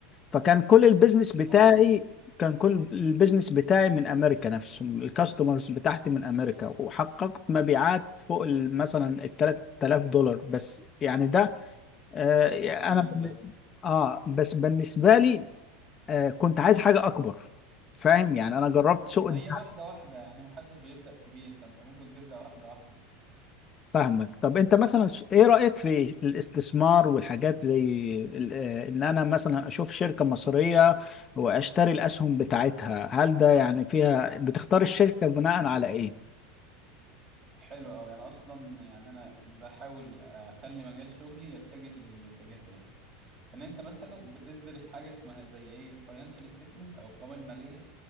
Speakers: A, on the left (about 25°); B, on the right (about 35°).
A: فكان كل البيزنس بتاعي
B: كويس
A: كان كل البيزنس بتاعي من امريكا نفسهم الكاستمرز بتاعتي من امريكا وحققت مبيعات فوق ال- مثلا ال 3000 دولار بس يعني ده آه،
B: جامد
A: انا بن-
B: ده
A: اه بس بالنسبه لي آه، كنت عايز حاجة أكبر فاهم يعني أنا جربت سوق
B: ما
A: الد-
B: هي واحدة واحدة يعني محدش بيبدأ كبير فانت ممكن تبدأ واحدة واحدة
A: فاهمك طب أنت مثلا س- إيه رأيك في الاستثمار والحاجات زي ال- آه، إن أنا مثلا أشوف شركة مصرية وأشتري الأسهم بتاعتها هل ده يعني فيها بتختار الشركة بناء على إيه؟
B: حلو أوي أنا أصلا يعني أنا بحاول أخلي مجال شغلي يتجه للاتجاه ده إن أنت مثلا بتدرس حاجة اسمها زي إيه الفاينانشال ستيتمنت أو القوائم المالية